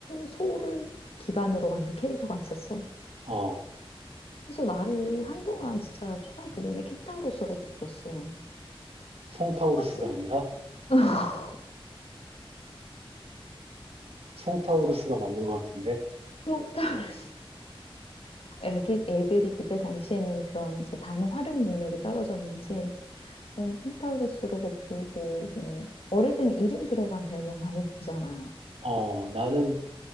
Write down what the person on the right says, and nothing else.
어,
송타우루스가
아니라
송타우루스가 맞는 것 같은데.
어, 나는